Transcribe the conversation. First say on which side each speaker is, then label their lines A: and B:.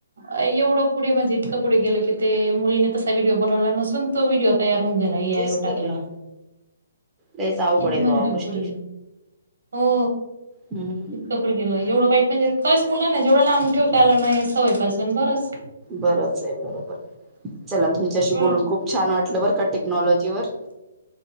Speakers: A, on the right (about 65°); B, on the right (about 15°).
A: एवढं पुढे म्हणजे इतकं पुढे गेल की ते मुलीने तसा व्हडडीओ बनवला नसून तो व्हिडिओ तयार होऊन गला
B: मग
A: ए
B: तेच
A: आय व टाकले
B: तर ना
A: म
B: लयच अवघड
A: किती
B: आहेत
A: म्हणष
B: भावा गोष्टी
A: पुढे हो
B: हम्म
A: कपड गेलो एवढं वाईट म्हणजे खरंच मुला ना जेवढं लांब ठेवता आला नाही सवयपासून बरंच
B: बरच आहे बरोबर चला तुमच्याशी
A: एवढं
B: बोलून खूप छान वाटलं बर का टेक्नॉलॉजी वर